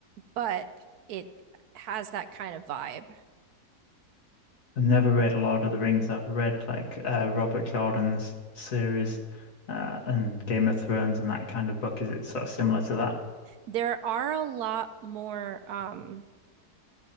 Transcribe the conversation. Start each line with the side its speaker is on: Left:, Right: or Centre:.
Right: but it has that kind of vibe.
Left: I've never read Lord of the Rings. I've read like uh Robert Jordan's series uh and Game of Thrones and that kind of book. Is it sort of similar to that?
Right: There are a lot more um